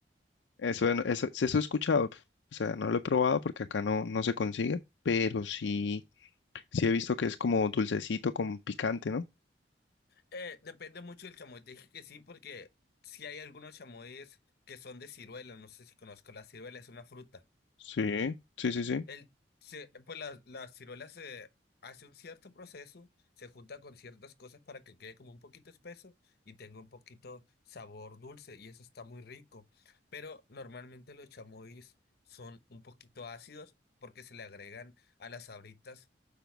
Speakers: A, on the left (about 75°); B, on the left (about 60°).
A: Eso, en- eso, eso he escuchado. O sea, no lo he probado porque acá no, no se consigue, pero sí, sí he visto que es como dulcecito con picante, ¿no?
B: Eh, depende mucho del chamoy. Te dije que sí, porque si hay algunos chamoyes que son de ciruela. No sé si conozco la ciruela, es una fruta.
A: Sí, sí, sí, sí,
B: El, se- pues la, la ciruela se hace un cierto proceso, se junta con ciertas cosas para que quede como un poquito espeso y tenga un poquito sabor dulce y eso está muy rico. Pero normalmente los chamois son un poquito ácidos porque se le agregan a las sabritas,